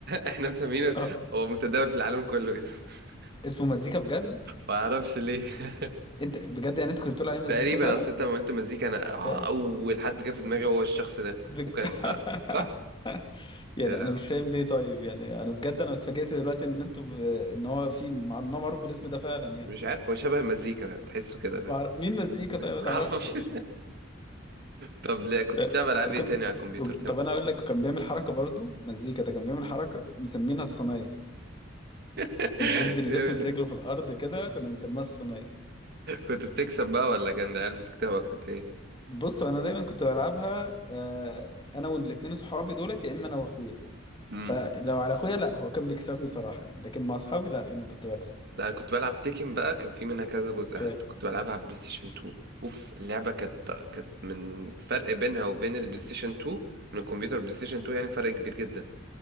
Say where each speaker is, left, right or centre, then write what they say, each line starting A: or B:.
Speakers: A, on the right; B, on the left.
A: احنا مسمينه
B: اه
A: هو متداول في العالم كله كده <laughs>
B: اسمه مزيكا بجد
A: ما اعرفش ليه <laughs>
B: انت بجد يعني انت كنت بتقول عليه مزيكا
A: تقريبا
B: فعلا
A: اصل انت لما قلت مزيكا انا
B: اوكي
A: اول حد جه في دماغي هو الشخص ده
B: بج...
A: وكان اه صح
B: <laughs> يعني
A: يا لهوي.
B: انا مش فاهم ليه طيب يعني انا بجد انا اتفاجئت دلوقتي ان انتوا ب... ان هو في مع... ان هو معروف بالاسم ده فعلا يعني
A: مش عارف هو شبه مزيكا تحسه كده فاهم
B: مع... مين مزيكا طيب
A: <laughs>
B: ما
A: معرفش
B: تعرفش
A: طب لا كنت
B: ت-
A: بتلعب العاب
B: وكان
A: ايه تاني على الكمبيوتر
B: وك-
A: كمان
B: طب انا اقول لك كان بيعمل حركه برضو مزيكا ده كان بيعمل حركه مسمينها الصينيه
A: <laughs>
B: كان بينزل يلف
A: إيه،
B: برجله في الارض كده كنا بنسميها الصينيه
A: كنت بتكسب بقى ولا كان العيال بتكسبك كنت ايه
B: بصوا انا دايما كنت بلعبها آه، انا والاثنين صحابي دولت يا اما انا واخويا
A: امم
B: فلو على اخويا لا هو كان بيكسبني صراحه يعني لكن مع اصحابي لا انا كنت بكسب
A: لا انا كنت بلعب تيكن بقى كان في منها كذا جزء
B: كان
A: حتى كنت بلعبها على البلاي ستيشن 2 اوف اللعبه كانت كانت من فرق بينها وبين البلاي ستيشن 2 من الكمبيوتر بلاي ستيشن 2 يعني فرق كبير جدا